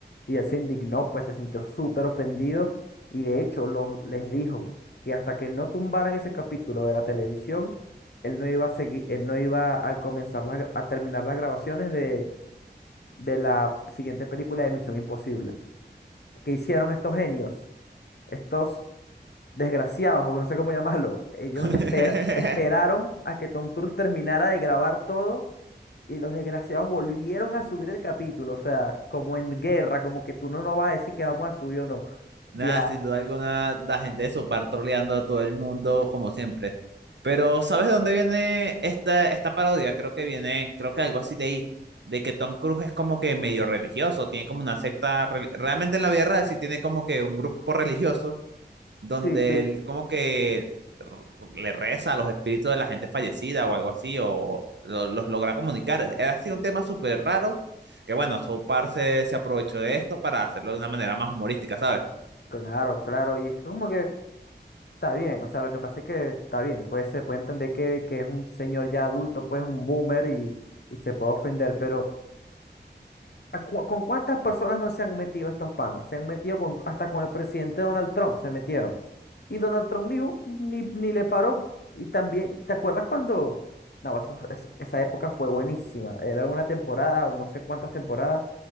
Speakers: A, on the left; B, on the right.
A: y él se indignó, pues se sintió súper ofendido y de hecho los, les dijo que hasta que no tumbaran ese capítulo de la televisión, él no iba a seguir, él no iba a comenzar la gra- a terminar las grabaciones de, de la siguiente película de Misión Imposible. ¿Qué hicieron estos genios? Estos desgraciados, porque no sé cómo llamarlo, ellos
B: <laughs>
A: espera- esperaron a que Tom Cruise terminara de grabar todo y los desgraciados volvieron a subir el capítulo, o sea, como en guerra, como que tú no nos vas a decir que vamos a subir o no.
B: Nada,
A: Ya,
B: sin duda alguna, la gente de Sopar troleando a todo el mundo, como siempre. Pero, ¿sabes de dónde viene esta, esta parodia? Creo que viene, creo que algo así leí, de que Tom Cruise es como que medio religioso, tiene como una secta, re- realmente en la vida real sí tiene como que un grupo religioso donde
A: sí, sí,
B: él como que le reza a los espíritus de la gente fallecida o algo así, o lo- los logra comunicar. Era así un tema súper raro, que bueno, South Park se, se aprovechó de esto para hacerlo de una manera más humorística, ¿sabes?
A: claro, claro, y es como que está bien, o sea, lo que pasa es que está bien, pues se puede entender que, que es un señor ya adulto, pues un boomer y, y se puede ofender, pero... ¿A cu- ¿Con cuántas personas no se han metido estos panas? Se han metido con, hasta con el presidente Donald Trump, se metieron. Y Donald Trump ni, hu- ni, ni le paró. Y también, ¿te acuerdas cuando? No, eso- eso- esa época fue buenísima. Era una temporada, o no sé cuántas temporadas,